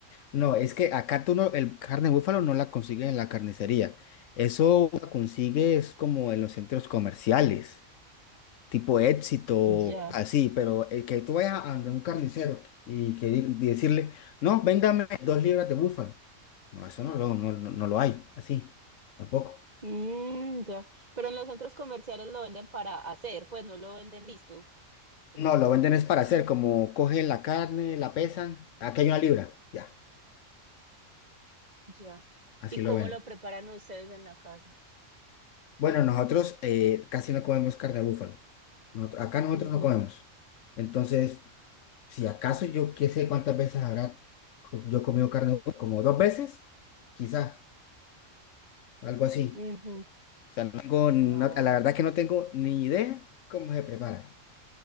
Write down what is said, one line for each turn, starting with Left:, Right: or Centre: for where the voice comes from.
Left: No, es que acá tú no, el carne de búfalo no la consigues en la carnicería. Eso la consigues como en los centros comerciales, tipo Éxito,
Right: Ya.
Left: así, pero el que tú vayas a donde un carnicero y que di- y decirle, no, véngame dos libras de búfalo. No, eso no lo, no, no- no lo hay, así, tampoco.
Right: Mm, ya. Pero en los centros comerciales lo venden para hacer, pues no lo venden listo. Ok.
Left: No, lo venden es para hacer, como cogen la carne, la pesan, aquí hay una libra, ya,
Right: Ya.
Left: así
Right: ¿Y
Left: lo
Right: cómo
Left: venden.
Right: lo preparan ustedes en la casa?
Left: Bueno, nosotros eh, casi no comemos carne de búfalo. no acá nosotros
Right: Ujú,
Left: no comemos. Entonces, si acaso yo qué sé cuántas veces habrá co- yo comido carne de búfalo, como dos veces, quizá, algo así.
Right: ujú.
Left: O sea, no tengo, no-
Right: Ah,
Left: la verdad que no tengo ni idea cómo se prepara.